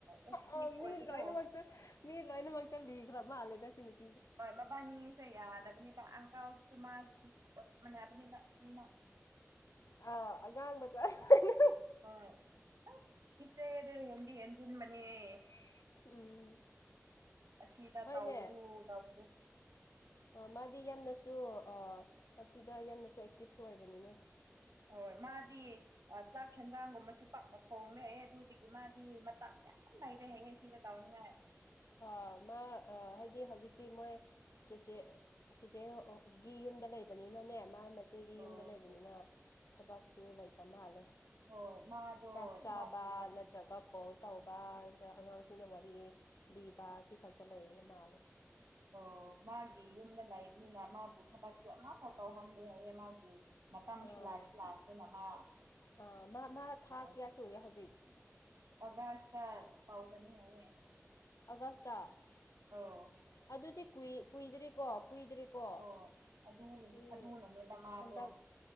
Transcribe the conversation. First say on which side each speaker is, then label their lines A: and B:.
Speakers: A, on the right; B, on the left.
A: ꯑꯦꯛꯇꯦꯛ
B: ꯑꯣ
A: ꯑꯣꯏꯕꯗꯣ꯫
B: ꯃꯤ ꯂꯣꯏꯅꯃꯛꯇ ꯃꯤ ꯂꯣꯏꯅ ꯃꯛꯇ ꯂꯤꯈ꯭ꯔ ꯃꯥꯜꯂꯦ ꯁꯤ ꯅꯨꯞ꯫
A: ꯍꯣꯏ ꯃꯕꯟꯅꯤꯁꯦ ꯌꯥꯗꯕꯅꯦꯕ ꯑꯪꯀꯜꯁꯤꯁꯨ ꯃꯥꯒꯤꯁꯨ ꯆꯞꯃꯟꯅꯕꯅꯦꯕ ꯑꯅꯤꯃꯛ꯫
B: ꯑꯥ ꯑꯉꯥꯡ ꯃꯆꯥ ꯂꯣꯏꯅꯧ꯫
A: ꯍꯣꯏ ꯑꯁ ꯈꯤꯠꯇꯦ ꯗꯨ ꯍꯦꯟꯗꯤ ꯍꯟꯖꯟꯕꯅꯤꯍꯦ꯫
B: ꯑꯦ ꯎꯝ꯫
A: ꯑꯁꯤꯗ
B: ꯍꯣꯏꯅꯦ
A: ꯇꯥꯎꯕꯗꯨ ꯇꯥꯎꯕꯗꯨ꯫
B: ꯃꯥꯗꯤ ꯌꯥꯝꯅꯁꯨ ꯑ ꯃꯁꯤꯗ ꯌꯥꯝꯅꯁꯨ ꯑꯦꯛꯇꯤꯞꯁꯨ ꯑꯣꯏꯕꯅꯤꯅꯦ꯫
A: ꯍꯣꯏ ꯃꯥꯗꯤ ꯆꯥꯛ ꯍꯦꯟꯖꯥꯡꯒꯨꯝꯕꯁꯨ ꯄꯥꯛꯅ ꯊꯣꯡꯃꯦ ꯑꯗꯨꯗꯒꯤ ꯃꯥꯗꯤ ꯃꯇꯝ ꯌꯥꯝ꯫ ꯑꯝ ꯂꯩꯔꯦꯍꯦ ꯁꯤꯗ꯫ ꯇꯧꯅꯤꯡꯉꯥꯏ
B: ꯑ ꯃꯥ ꯑ ꯍꯥꯏꯗꯤ ꯍꯧꯖꯤꯛꯇꯤ ꯃꯣꯏ꯫ ꯆꯦꯆꯦ ꯆꯦꯆꯦꯒꯤ ꯌꯨꯝꯗ ꯂꯩꯕꯅꯤꯅꯅꯦ ꯃꯥ꯫ ꯆꯦꯒꯤ
A: ꯑꯣ
B: ꯌꯨꯝꯗ ꯂꯩꯕꯅꯤꯅ ꯊꯕꯛꯁꯨ ꯂꯩꯇ ꯃꯥꯜꯂꯦ꯫
A: ꯍꯣꯏ ꯃꯥꯗꯣ
B: ꯆꯥꯛ ꯆꯥꯕ
A: ꯃꯥꯒꯤ
B: ꯅꯠꯇ꯭ꯔꯒ ꯀꯣꯜ ꯇꯧꯕ ꯅꯠꯇ꯭ꯔꯒ ꯑꯉꯥꯡꯁꯦꯟ ꯁꯤꯅ ꯋꯥꯔꯤ ꯂꯤꯕ ꯁꯤ ꯈꯛꯇ ꯂꯩꯒꯔ ꯃꯥꯜꯂꯦ꯫
A: ꯑꯣ ꯃꯥꯒꯤ ꯌꯨꯝꯗ ꯂꯩꯥꯕꯅꯤꯅ ꯃꯥꯕꯨ ꯊꯕꯛꯁꯨ ꯑꯃ ꯐꯥꯎ ꯇꯧꯍꯟꯗꯦ ꯍꯥꯏꯌꯦ ꯃꯥꯒꯤ꯫ ꯃꯇꯝꯁꯨ
B: ꯑꯥ
A: ꯂꯥꯛꯁꯨ ꯂꯥꯛꯈ꯭ꯔꯦꯅ ꯃꯥ ꯑꯣ
B: ꯑꯥ ꯃꯥ ꯃꯥ ꯊꯥ
A: ꯑꯗꯨꯒꯤ꯫
B: ꯀꯌꯥ ꯁꯨꯔꯦ ꯍꯧꯖꯤꯛ
A: ꯑꯒꯁ ꯇꯥ ꯇꯧꯒꯅꯤ ꯍꯥꯏꯌꯦ꯫
B: ꯑꯒꯁꯇ꯫
A: ꯑꯣ꯫
B: ꯑꯗꯨꯗꯤ ꯀꯨꯏ ꯀꯨꯏꯗ꯭ꯔꯦꯀꯣ ꯀꯨꯏꯗ꯭ꯔꯦ꯫ ꯀꯣ
A: ꯍꯣꯏ ꯑꯗꯨ
B: ꯗꯤ
A: ꯑꯗꯨꯅꯅꯦꯕ
B: ꯑꯁꯤ
A: ꯃꯥꯗꯣ
B: ꯍꯟꯗꯛ꯫